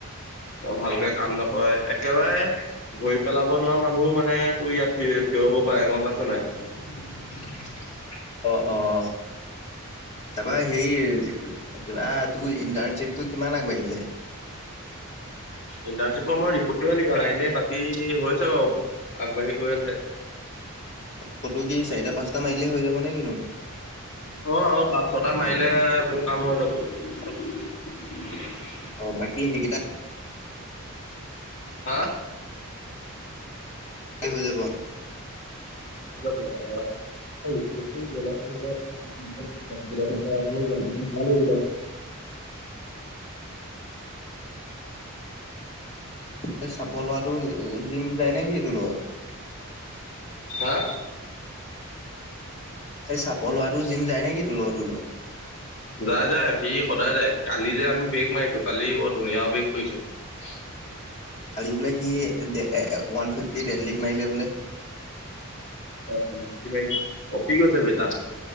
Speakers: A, on the left (about 60°); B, on the left (about 30°).
A: ভালকে কাম নকৰে একেবাৰে ধৰি পেলাব নোৱাৰা মানুহো মানে তোৰ ইয়াত থিয় থিয় হ'ব পাৰে গম পাইছ নাই।
B: অ অ তাৰপৰা হেৰি কিবা তোৰ ইণ্টাৰণশিপটো কিমান আগবাঢ়িলে?
A: ইণ্টাৰশ্বিপৰ মই ৰিপৰ্টটোহে লিখা নাই, এনে বাকী হৈছে বাৰু আগবাঢ়ি গৈ আছে।
B: ফটো কি চাৰিটা পাঁচটা মাৰিলে হৈ যাব নে কিনু?
A: অ আৰু পাঁচ ছটা মাৰিলে মোৰ কাম হৈ যাব।
B: <unintelligible>
A: <inaudible>
B: অ বাকী হেইকেইটা
A: হা
B: হৈ যাব।
A: <inaudible> <inaudible>
B: <inaudible> সেই চাপৰ লৰাটো জিম যায় নেকি তোৰ লগত।
A: হা?
B: এই চাপৰ লোৱাটো জিম যায় নেকি তোৰ লগত তোৰ লগত?
A: যায় যায় সি সদায় যায় কালি যে আমি বেগ মাৰিছো কালি বৰ ধুনীয়া বেগ পৰিছে। <unintelligible>
B: কালি বোলে সি ওৱান ফিফটি ডেডলিভ মাৰিলে বোলে?
A: <unintelligible> কপি গছে বেটা।